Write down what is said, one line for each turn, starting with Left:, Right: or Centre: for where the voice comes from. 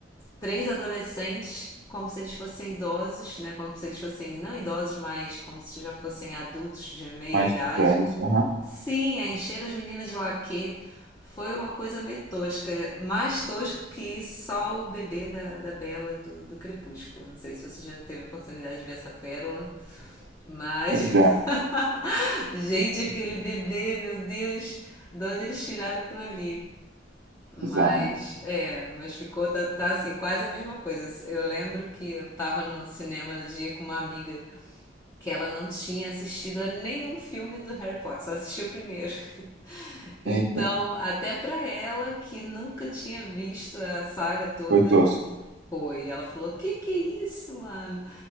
Left: três adolescentes como se eles fossem idosos, né? Como se eles fossem, não idosos, mas como se já fossem adultos de meia
Right: Mais
Left: idade.
Right: velhos. Aham.
Left: Sim, a encher as meninas de laquê foi uma coisa meio tosca. Mais tosco que só o bebê da, da Bela do, do Crepúsculo. Não sei se você já teve a oportunidade de ver essa pérola, mas.
Right: <laughs> Já.
Left: <laughs> Gente, aquele bebê, meu Deus, de onde eles tiraram aquilo ali? Mas,
Right: Bizarro,
Left: é, mas ficou, tá, tá, assim, quase a mesma coisa. Eu lembro que eu tava no cinema no dia com uma amiga que ela não tinha assistido a nenhum filme do Harry Potter, só assistiu o primeiro. <laughs> Então,
Right: né? Eita.
Left: até pra ela que nunca tinha visto a saga toda,
Right: Foi tosco.
Left: foi. Ela falou: Que que é isso, mano?